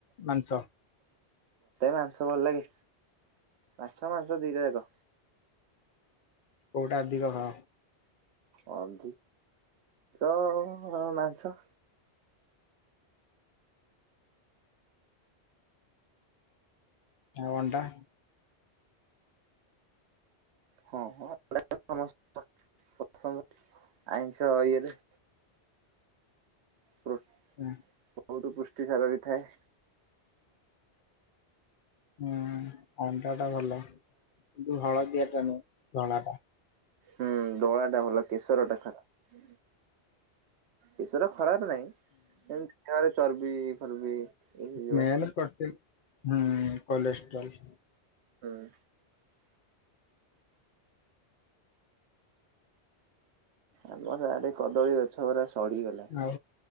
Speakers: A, on the left; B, on the right.
A: ମାଂସ
B: ମାଂସ ଭଲ ଲାଗେ। ମାଛ ମାଂସ ଦିଟା ଯାକ।
A: କଉଟା ଅଧିକ ଖାଅ?
B: ଅଧି କ ମାଛ।
A: ଆଉ ଅଣ୍ଡା?
B: ହଁ ହଁ। <unintelligible> ପସନ୍ଦ ଆଇଁସ ଇଏରେ। ପ୍ରୋ
A: ହୁଁ।
B: ବହୁତ ପୁଷ୍ଟିସାର ବି ଥାଏ।
A: ହୁଁ ଅଣ୍ଡାଟା ଭଲ କିନ୍ତୁ ହଳଦିଆଟା ନୁଁ ଧଳାଟା।
B: ହୁଁ ଧଳା ଟା ଭଲ କେଶର ଟା ଖରାପ କେଶର ଖରାପ ନାହିଁ ଏମତି ଦିହରେ ଚର୍ବି ଫର୍ବି ଇଏ ହେଇଯିବ।
A: ମେନ ପ୍ରୋଟିନ ହୁଁ କଲେଷ୍ଟ୍ରୋଲ
B: ହୁଁ। ଆମ ଏଡ଼େ କଦଳୀ ଅ ଛ ଗୁରା ସଢିଗଲା।
A: ଆଉ